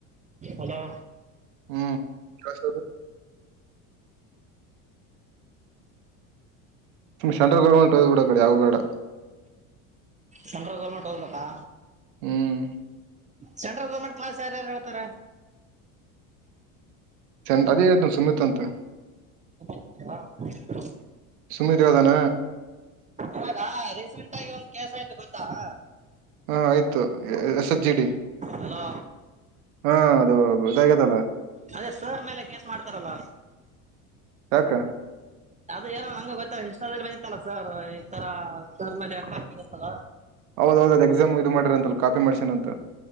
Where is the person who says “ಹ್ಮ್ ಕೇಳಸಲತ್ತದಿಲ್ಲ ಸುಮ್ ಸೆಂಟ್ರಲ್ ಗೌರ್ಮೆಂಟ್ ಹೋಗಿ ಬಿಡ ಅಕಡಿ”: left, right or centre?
Right